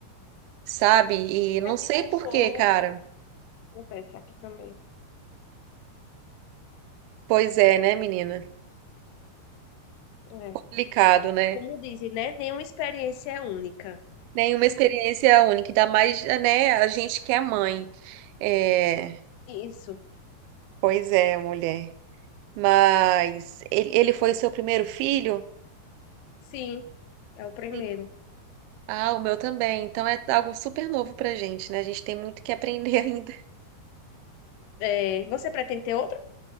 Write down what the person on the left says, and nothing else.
E
serve
de consolo.
Acontece aqui também.
É.
Como dizem, né? Nenhuma experiência é única.
Isso.
Sim, é o primeiro.
É, você pretende ter outro?